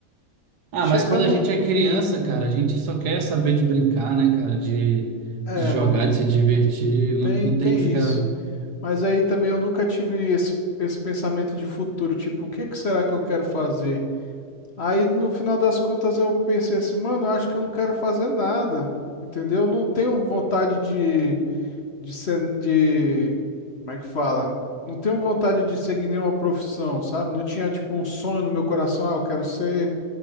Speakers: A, on the right; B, on the left.
A: Ah,
B: Chegando.
A: mas quando a gente é criança, cara, a gente só quer saber de brincar, né, cara, de,
B: É,
A: de jogar,
B: mano,
A: de se divertir, não,
B: tem,
A: não
B: tem
A: tem que ficar.
B: isso. Mas aí também eu nunca tive esse, esse pensamento de futuro, tipo, o que que será que eu quero fazer? Aí no final das contas eu pensei assim, mano, eu acho que eu não quero fazer nada, entendeu? Eu Não tenho vontade de, de ser, de, como é que fala? Não tenho vontade de seguir nenhuma profissão, sabe? Não tinha, tipo, um sonho no meu coração, ah, eu quero ser